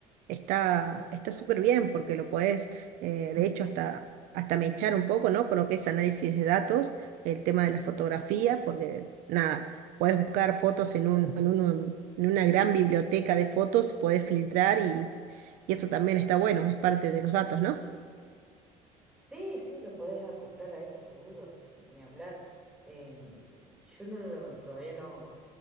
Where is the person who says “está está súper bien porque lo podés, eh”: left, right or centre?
Right